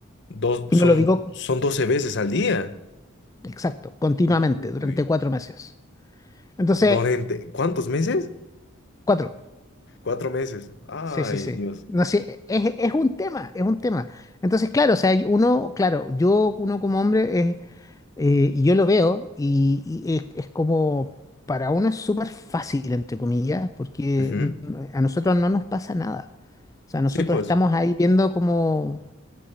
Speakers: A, on the left (about 55°); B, on the left (about 15°).
A: dos,
B: y
A: son,
B: no lo digo
A: son 12 veces al día.
B: exacto, continuamente,
A: Uy,
B: durante cuatro meses. Entonces,
A: durante, ¿cuántos meses?
B: cuatro.
A: Cuatro meses. Ay,
B: Sí, sí, sí.
A: Dios.
B: No sé, es, es un tema, es un tema. Entonces, claro, o sea, uno, claro, yo, uno como hombre, es Eh, y yo lo veo y, y es, es como, para uno es súper fácil, entre comillas, porque
A: Ujú.
B: n- a nosotros no nos pasa nada. O sea, nosotros
A: Sí, pues.
B: estamos ahí viendo cómo,